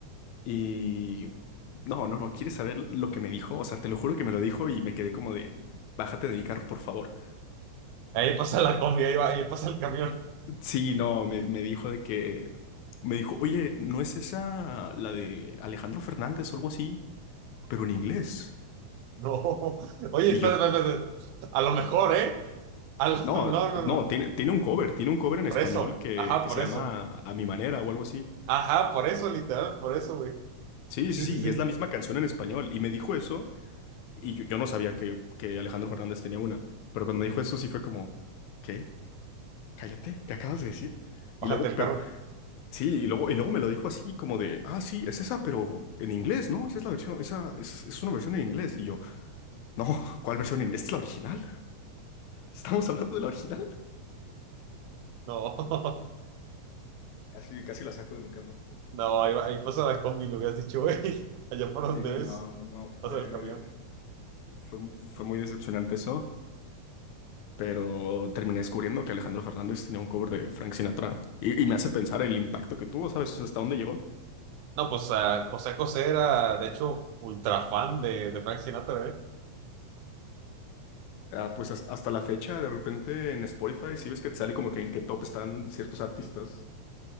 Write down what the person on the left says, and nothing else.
Y no, no, no, ¿quieres saber lo que me dijo? O sea, te lo juro que me lo dijo y me quedé como de, bájate de mi carro, por favor.
Sí, no, me, me dijo de que, me dijo, oye, ¿no es esa la de Alejandro Fernández o algo así? Pero en inglés.
Y
yo,
no,
no,
tiene, tiene un cover, tiene un cover en
español
que,
que
se
llama A mi manera o algo así.
Sí,
sí, sí,
y es la misma canción en español. Y me dijo eso, y yo, yo no sabía que, que Alejandro Fernández tenía una. Pero cuando me dijo eso, sí fue como, ¿qué? Cállate, ¿qué acabas de decir? Y
luego,
pero,
sí, y luego, y luego me lo dijo así, como de, ah, sí, es esa, pero en inglés, ¿no? Esa es la versión, esa es, es una versión en inglés. Y yo, no, ¿cuál versión en inglés? ¿Esta es la original? ¿Estamos hablando de la original?
Casi, casi la saco de mi carro.
Sí, no,
no, fue,
fue, fue muy decepcionante eso, pero terminé descubriendo que Alejandro Fernández tenía un cover de Frank Sinatra y, y me hace pensar el impacto que tuvo, ¿sabes? O sea, hasta dónde llegó.
Ah, pues hasta, hasta la fecha, de repente en Spotify, si ves que te sale como que en qué top están ciertos artistas,